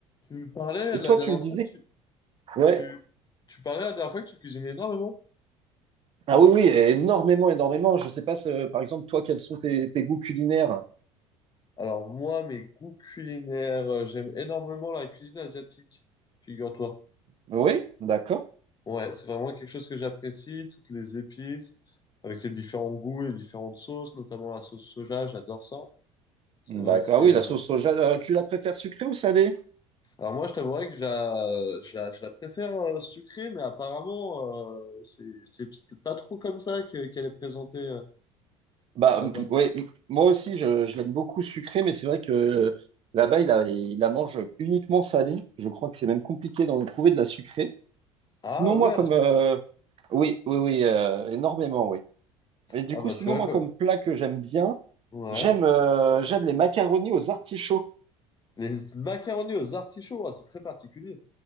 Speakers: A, on the left; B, on the right.
A: Tu me parlais
B: Et
A: la
B: toi,
A: dernière
B: tu me disais,
A: fois que tu,
B: ouais.
A: tu, tu parlais la dernière fois que tu cuisines énormément.
B: Ah oui, oui, énormément, énormément. Je sais pas, ce- par exemple, toi, quels sont tes, tes goûts culinaires?
A: Alors moi, mes goûts culinaires, euh, j'aime énormément la cuisine asiatique, figure-toi.
B: Oui, d'accord.
A: Ouais, c'est vraiment quelque chose que j'apprécie, toutes les épices, avec les différents goûts, les différentes sauces, notamment la sauce soja, j'adore ça. C'est
B: D'accord.
A: vrai que c'est...
B: Ah oui,
A: euh,
B: la sauce soja, euh, tu la préfères sucrée ou salée?
A: Alors moi, je t'avouerais que je la, je la, je la préfère euh, sucrée, mais apparemment, euh, c'est, c'est, c'est pas trop comme ça que- qu'elle est présentée euh,
B: Bah
A: là-bas.
B: m- ouais, m- moi aussi, je, je l'aime beaucoup sucrée, mais c'est vrai que euh, là-bas, il la, il la mange uniquement salée. Je crois que c'est même compliqué d'en trouver de la sucrée.
A: Ah
B: Sinon,
A: ouais,
B: moi, comme euh, oui, oui, oui, euh, énormément, oui. Et du
A: ah
B: coup,
A: bah
B: sinon,
A: tu vois
B: moi,
A: quoi.
B: comme plat que j'aime bien,
A: Ouais.
B: j'aime euh, j'aime les macaronis aux artichauts.
A: Les macaronis aux artichauts, ah, c'est très particulier.